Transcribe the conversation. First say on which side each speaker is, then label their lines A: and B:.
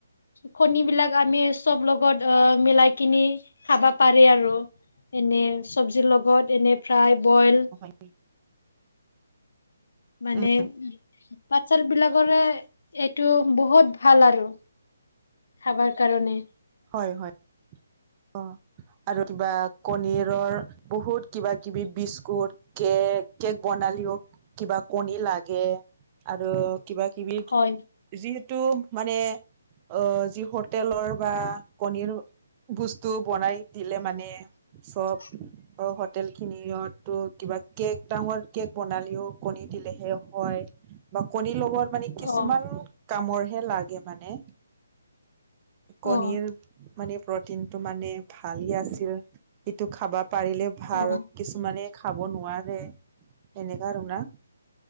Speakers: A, on the left; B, on the right.
A: কণীবিলাক আমি চব লগত অ', মিলাই কিনি খাবা পাৰি আৰু। এনে চব্জিৰ লগত এনে ফ্ৰাই, বইল
B: উম।
A: মানে
B: উম
A: পাত-ছাল বিলাকৰে এইটো বহুত ভাল আৰু খাবাৰ কাৰণে।
B: হয় হয়। অ'। আৰু কিবা কণী আৰুৰ বহুত কিবা-কিবি বিস্কুট কে কেক বনালেও কিবা কণী লাগে। আৰু কিবা-কিবি।
A: হয়
B: যিতু মানে অ', যি হোটেলৰ বা কণী আৰু বস্তু বনাই দিলে মানে চব
A: <inaudible>
B: অ', হোটেলখিনিৰতো কিবা কেক ডাঙৰ কেক বনালেও কণী দিলেহে হয়। বা কণী লগৰ মানে
A: অ
B: কিছুমান কামৰ হে লাগে মানে।
A: অ
B: কণীৰ মানে প্ৰটিনটো মানে ভালে আছিল। সিটো খাবা পাৰিলে ভাল।
A: অ
B: কিছু মানে খাব নোৱাৰে সেনেকা আৰু না।